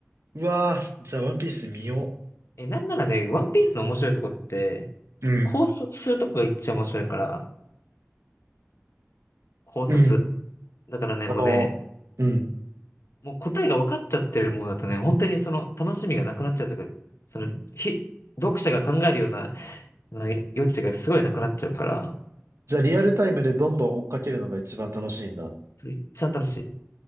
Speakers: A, on the right; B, on the left.
A: うわ、じゃあ、ワンピース見よ
B: え、なんならね、ワンピースの面白いとこって、
A: う。うん。
B: 考察するとこが一番面白いから、考察。
A: うん。
B: だからね、
A: その、
B: もうね、
A: うん。
B: もう答えが分かっちゃってるものだとね、本当にその楽しみがなくなっちゃうというか、その、ひ、読者が考えるような、あの余地がすごいなくなっちゃうから、
A: じゃあリアルタイムでどんどん追っかけるのが一番楽しいんだ。
B: それ一番楽しい。